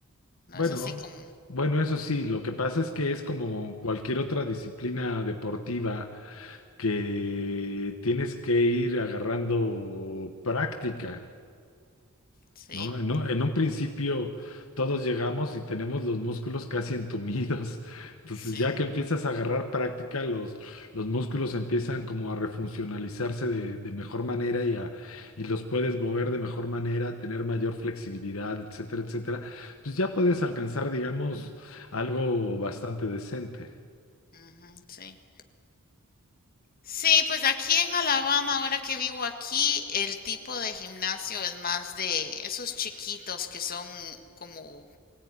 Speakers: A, on the left (about 40°); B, on the left (about 65°).
A: no
B: bueno,
A: es así como,
B: bueno, eso sí, lo que pasa es que es como cualquier otra disciplina deportiva que tienes que ir agarrando práctica,
A: sí,
B: ¿no? En un, en un principio todos llegamos y tenemos los músculos casi entumidos. <laughs> Entonces,
A: sí,
B: ya que empiezas a agarrar práctica, los, los músculos empiezan como a refuncionalizarse de, de mejor manera y, a, y los puedes mover de mejor manera, tener mayor flexibilidad, etcétera, etcétera. Pues ya puedes alcanzar, digamos, algo bastante decente.
A: ujú, sí. Sí, pues aquí en Alabama, ahora que vivo aquí, el tipo de gimnasio es más de esos chiquitos que son como